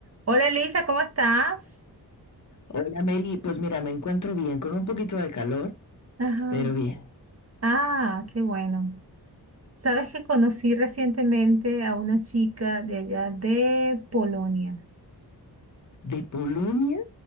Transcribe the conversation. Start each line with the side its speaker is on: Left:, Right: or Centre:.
Right: Hola Elisa, ¿cómo estás?
Left: Hola Mary, pues mira, me encuentro bien, con un poquito de calor,
Right: Ajá.
Left: pero bien.
Right: Ah, qué bueno. Sabes que conocí recientemente a una chica de allá de Polonia.
Left: ¿De Polonia?